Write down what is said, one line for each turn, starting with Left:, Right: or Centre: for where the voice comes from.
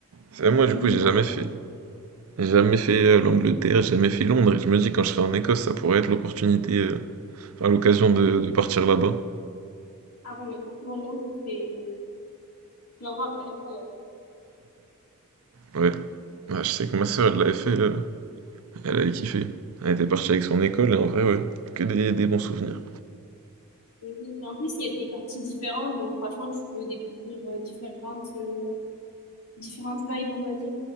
Right: C'est vrai, moi, du
Left: Oui,
Right: coup, j'ai
Left: voilà.
Right: jamais fait. J'ai jamais fait euh, l'Angleterre, j'ai jamais fait Londres. Et je me dis, quand je serai en Écosse, ça pourrait être l'opportunité, euh, enfin, l'occasion
Left: Ah
Right: de,
Left: oui,
Right: de partir là-bas.
Left: Ah ouais, mais franchement, Londres, c'est. Tu vas voir, c'est incroyable.
Right: Ouais. Bah, je sais que ma sœur, elle l'avait fait, euh, elle avait kiffé. Elle était partie avec son école, et en vrai, ouais, que des, des bons souvenirs.
Left: Et oui, et en plus, il y a des quartiers différents, donc franchement, tu peux découvrir euh, différentes, euh, différentes vibes, on va dire.